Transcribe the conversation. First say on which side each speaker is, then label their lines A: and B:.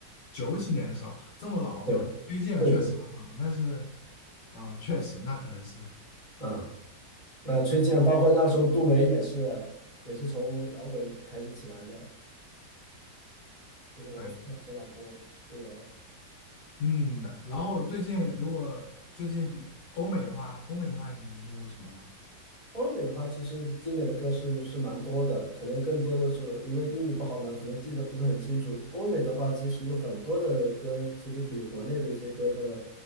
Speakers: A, on the left; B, on the left.
A: 九几年的时候，这么老吗？
B: 对，
A: 推荐确实很好，
B: 对对，
A: 但是，啊、确实那可能是
B: 啊、那崔健包括那时候杜维也是，也是从摇滚开始起来的，就是王菲的前老公杜维。
A: 可以。嗯，然后最近如果最近比欧美的话，欧美的话，你有听过什么吗？
B: 欧美的话，其实经典的歌是是蛮多的，可能更多的是因为英语不好嘛，可能记得不是很清楚。欧美的话，其实有很多的歌，其实比国内的一些歌的